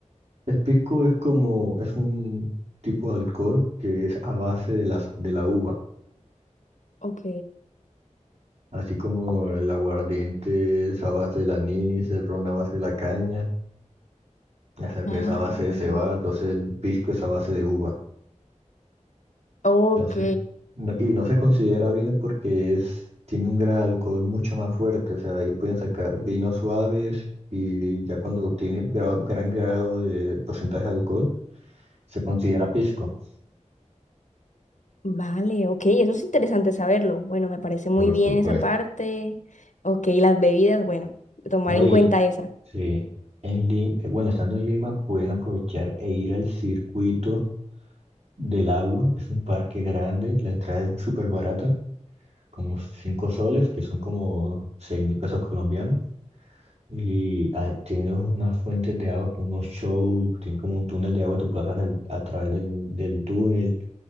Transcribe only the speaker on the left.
Ok.
Ah,
vale.
Ok.
Vale, ok, eso es interesante saberlo. Bueno, me parece muy
bien
esa parte. Ok, las bebidas, bueno, tomar
en
cuenta esa.